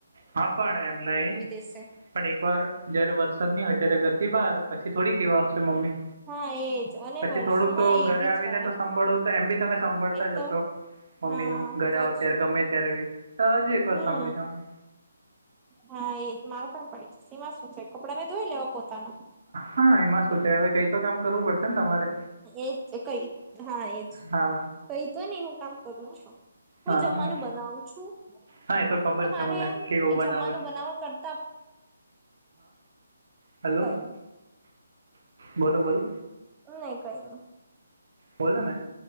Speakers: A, on the right; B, on the right.
A: હા, પણ એમ નઈ
B: દેશે
A: પણ એક વાર જયારે વરસાદ નહી, હોય અત્યારે, ઘરથી બહાર પછી થોડી કેવા આવશે મમ્મી
B: હા એજ અને
A: પછી
B: વર્ષ
A: થોડુક.
B: હા
A: તો
B: એ
A: ઘરે
B: બી
A: આવીને
B: છે
A: તો સાંભળું તો એમ બી તમે સાંભળતા
B: એ તો
A: જશો મમ્મી
B: હા
A: નુ ઘરે
B: બોજ
A: આવો ત્યારે ગમે, ત્યારે બી તો હજી એક વાર
B: હમ
A: સાંભળી લેવાનુ
B: હા, એ જ મારે પાહે પડી છે, એમા શું છે. કપડા મેં ધોઈ લેવા પોતાનો
A: હા એમાં શું છે હવે કઈ તો કામ કરવું પડશે ને તમારે.
B: એજ કઈ હા એજ
A: હા
B: કઈ તો નહી હું કામ કરું છું. હું
A: હા
B: જમવાનું
A: હા
B: બનાવું છું.
A: હા એ તો ખબર
B: પણ મારે
A: છે મને
B: એમ
A: કેવું
B: કે
A: બનાવે
B: જમવાનું
A: છે
B: બનાવવા કરતા
A: હેલો
B: કઈ
A: બોલો બોલો.
B: નહી કઈ ન.
A: બોલો ને.